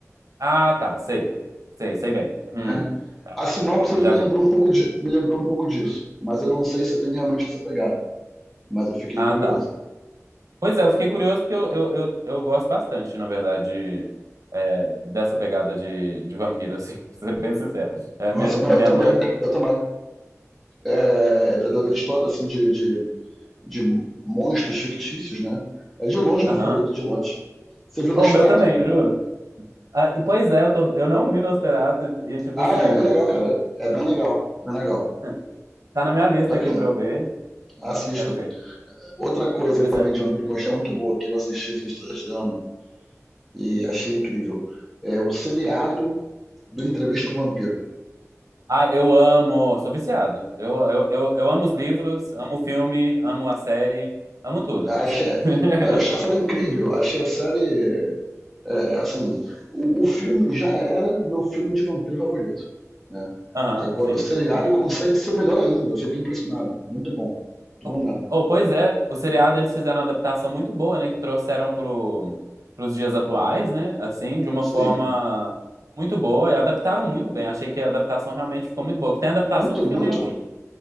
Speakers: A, on the right; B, in the centre.
A: Ah, tá, sei. Sei, sei bem.
B: né?
A: Hum,
B: A sinopse
A: eu
B: me
A: já
B: lembrou
A: vi.
B: um pouco de, me lembrou um pouco disso, mas eu não sei se tem realmente essa pegada. Mas eu fiquei
A: Ah,
B: curioso.
A: tá. Pois é, eu fiquei curioso porque eu, eu, eu, eu gosto bastante, na verdade, é, dessa pegada de, de vampiro, assim, <laughs> pra ser bem sincero. É,
B: Nossa,
A: minha,
B: não,
A: minha
B: eu também,
A: adolescência.
B: eu também. É, da, da história assim de, de, de monstros fictícios, né? É de longe meu
A: Aham.
B: favorito, de longe. Você viu Nosferatu?
A: Bom, o meu também, juro. Ah, e, pois é, eu, tô- eu não vi Nosferatu e, e, tipo
B: Ah,
A: assim,
B: é bem legal, cara. É bem legal, bem legal.
A: <laughs> tá na minha lista
B: Pra
A: aqui
B: quem
A: pra eu ver.
B: assista.
A: Hum, Quero ver.
B: Outra coisa
A: Pois
B: também
A: é.
B: de vampiro que eu achei muito boa, que eu assisti esse esse ano e achei incrível, é o seriado do Entrevista com o Vampiro.
A: Ah, eu amo, sou viciado. Eu, eu, eu, eu amo os livros, amo o filme, amo a série, amo tudo.
B: Achei,
A: <laughs>
B: eu achei a série incrível. Achei a série. é, assim, o, o filme já era meu filme de vampiro favorito. Né?
A: Aham,
B: Agora
A: sim.
B: o seriado
A: Hum.
B: consegue ser melhor ainda. Eu fiquei impressionado. Muito bom. Muito
A: Oh,
B: bom mesmo.
A: oh, pois é, o seriado eles fizeram uma adaptação muito boa, né? Que trouxeram pro, pros dias atuais, né? Assim, de uma forma
B: Sim.
A: muito boa. E adaptaram muito bem. Achei que a adaptação realmente ficou muito boa. Que tem adaptação
B: Muito,
A: que fica
B: muito.
A: meio ruim.